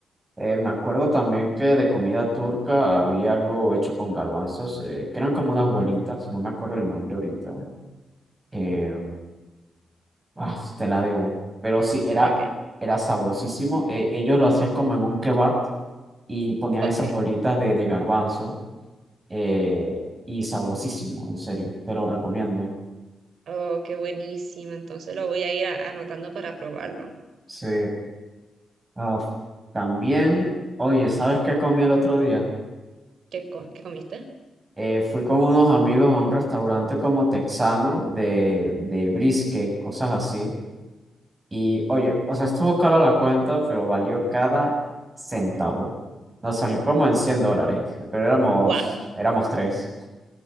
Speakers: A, on the right; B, on the right.
A: Eh, me acuerdo también que de comida turca había algo hecho con garbanzos, eh, que eran como unas bolitas, no me acuerdo el nombre ahorita. Eh, Ah, pues, te la debo. Pero sí, era,
B: Ok,
A: era sabrosísimo. Eh, ellos lo hacían como en un kebab y ponían
B: ok.
A: esas bolitas de, de garbanzo. eh, y sabrosísimo, en serio. Te lo recomiendo.
B: Oh, qué buenísima. Entonces lo voy a ir a- anotando para probarlo.
A: Sí. Ah, también, oye, ¿sabes qué comí el otro día?
B: ¿Qué, co- qué comiste?
A: Eh, fui con unos amigos a un restaurante como texano de, de brisket, cosas así. Y oye, o sea, estuvo cara la cuenta, pero valió cada centavo. Nos salió como en 100 dólares, pero éramos,
B: ¡Wow!
A: éramos tres.